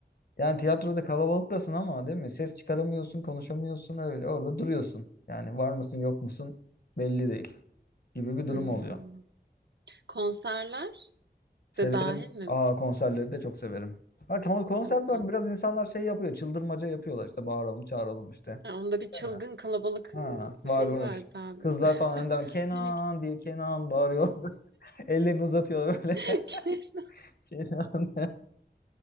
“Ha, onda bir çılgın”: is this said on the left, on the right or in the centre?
Right